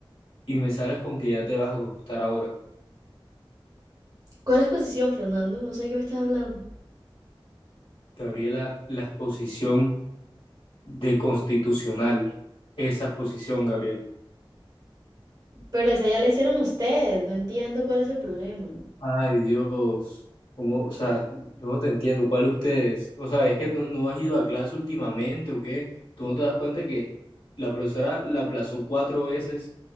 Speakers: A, on the left; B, on the right.
A: y me sales con que ya te vas a acostar ahora.
B: ¿Cuál exposición, Fernando? No sé de qué me estás hablando.
A: Gabriela, la exposición de constitucional, esa exposición, Gabriela.
B: Pero esa ya la hicieron ustedes, no entiendo cuál es el problema.
A: Ay, Dios. Como, o sea, yo no te entiendo. ¿Cuál ustedes? O sea, es que no, no has ido a clase últimamente o qué. Tú no te das cuenta que la profesora la aplazó cuatro veces